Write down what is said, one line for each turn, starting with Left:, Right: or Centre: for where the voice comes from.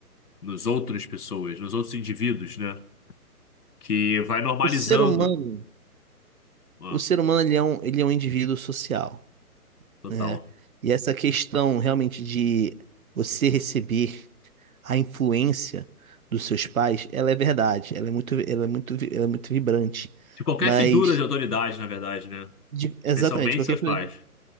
Left: nos outras pessoas, nos outros indivíduos, né? Que vai normalizando.
Right: o ser humano,
Left: Ah,
Right: o ser humano ele é um, ele é um indivíduo social,
Left: total.
Right: né? E essa questão realmente de você receber a influência dos seus pais, ela é verdade, ela é muito, ela é muito, ela é muito vibrante.
Left: De qualquer
Right: Mas
Left: figura de autoridade, na verdade, né?
Right: de- exatamente,
Left: Especialmente
Right: qualquer
Left: seus
Right: coisa
Left: pais.